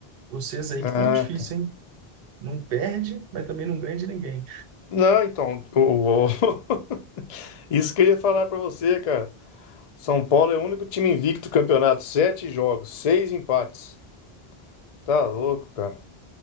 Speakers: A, on the right (about 65°); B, on the left (about 45°).
A: Vocês aí
B: Ah,
A: que estão difícil,
B: tá.
A: hein? Não perde, mas também não ganha de ninguém.
B: Não, então, o- o- <laughs> isso que eu ia falar pra você, cara. São Paulo é o único time invicto do campeonato. Sete jogos, seis empates. Tá louco, cara.